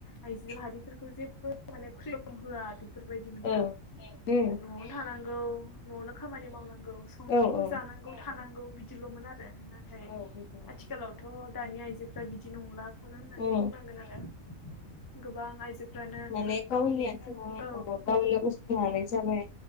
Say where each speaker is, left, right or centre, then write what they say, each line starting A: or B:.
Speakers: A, on the left; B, on the left.
A: आइजो माहारिफोरखौ जेबो माने फ्रिदम होआ बेफोरबायदिमोन
B: औ
A: ना
B: उम
A: न'आवनो थानांगौ न'आवनो खामानि मावनांगौ गौ संनांगौ
B: औ औ
A: जानांगौ थानांगौ बिदिलमोन आरो नाथाय
B: औ बिदिनो
A: आथिखालावथ गोबां अ दानि आइजोफ्रा बिदि नंलाखौनो होननानै
B: उम
A: बुंनांगोन आरो गोबां आइजो दानो
B: माने
A: गावनि
B: आथिङाव
A: <unintelligible>
B: अ गावनो गसंनानै जाबाय